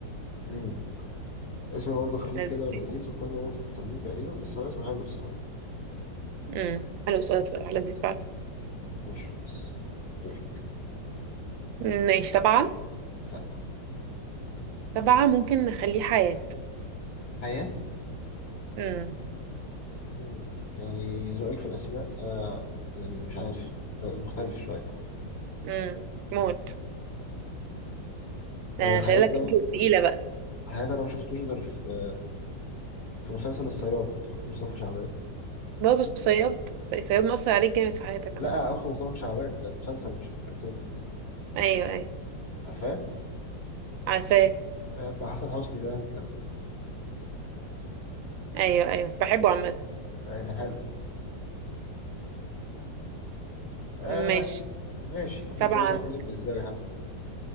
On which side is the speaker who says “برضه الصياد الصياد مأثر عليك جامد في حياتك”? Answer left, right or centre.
Right